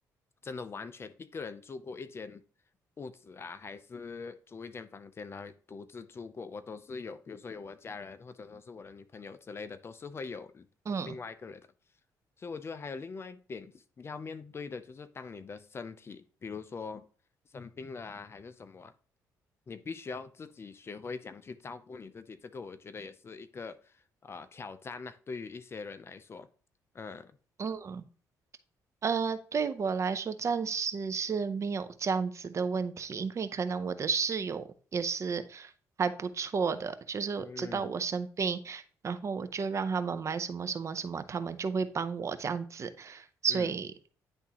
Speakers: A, on the left; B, on the right.
A: 真的完全一个人住过一间屋子啊，还是租一间房间来独自住过，我都是有，比如说有我家人，或者说是我的女朋友之类的，都是会有另外一个人的。
B: 嗯
A: 所以我觉得还有另外一点要面对的，就是当你的身体，比如说生病了啊，还是什么啊，你必须要自己学会怎样去照顾你自己。这个我觉得也是一个呃挑战呐、对于一些人来说，嗯
B: 嗯，呃，对我来说暂时是没有这样子的问题，因为可能我的室友也是还不错的，就是知道我生病，
A: 嗯
B: 然后我就让他们买什么什么什么，他们就会帮我这样子，所以
A: 嗯，